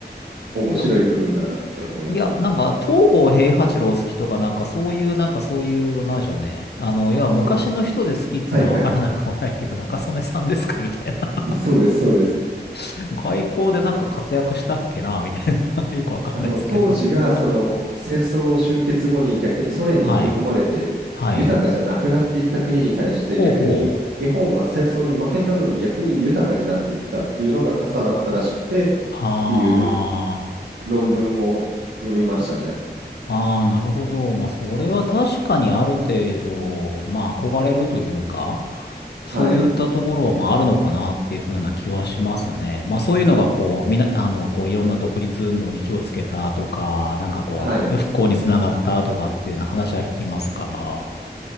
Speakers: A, on the right; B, on the left.
A: 面白い部分だなって思いますね。
B: よ、いや、なんか、東郷平八郎好きとか、なんかそういう、なんかそういう、なんでしょうね。あの、要は昔の人で好きっつうのはわからなくもないけど、
A: と、はいはい、
B: 中曽根さんですかみたいな。
A: そうです、そうです。
B: <laughs> 外交でなんか活躍したっけなみたいな <laughs> よくわかんないですけど。
A: あの当時がその戦争終結後に逆にソ連に取り込まれて豊かじゃなくなっていった国に対して逆に日本は戦争に負けたのに逆に豊かになっていったっていうのが重なったらしくてっ
B: <laughs> はい。はい。ほうほう。あ
A: ていう論文を読みましたね。
B: あ、ああ、なるほど。まあ、それは確かにある程度、まあ、憧れるというか、そういったところは、
A: はい。
B: まあ、あるのかなっていうふうな気はしますね。まあ、そういうのが、こう、みな、あの、こう、いろんな独立運動に火をつけたとか、なんかこう、
A: はい。
B: 復興につながったとかっていうような話は聞きますから。
A: うんうん